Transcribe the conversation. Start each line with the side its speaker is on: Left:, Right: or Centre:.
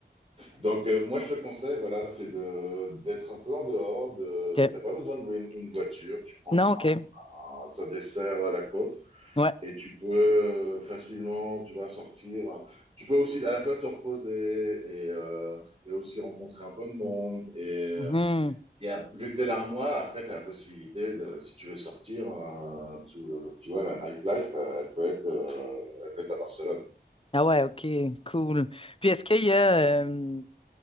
Right: Donc, euh, moi, je te conseille, voilà, c'est de, d'être un peu en dehors. De,
Left: OK.
Right: t'as pas besoin de louer une, une voiture. Tu prends
Left: Non,
Right: le train.
Left: OK.
Right: Ah, Ça dessert la côte.
Left: Ouais.
Right: Et tu peux euh, facilement, tu vas sortir. Tu peux aussi à la fois te reposer et, euh, et aussi rencontrer un peu de monde. Et, euh,
Left: Mhm.
Right: Et à- vu que t'es là un mois, après, t'as la possibilité de, si tu veux sortir, euh, tu, tu vois, la nightlife, euh, elle peut être, euh, elle peut être à Barcelone.
Left: Ah ouais, OK. Cool. Puis est-ce qu'il y a. euh,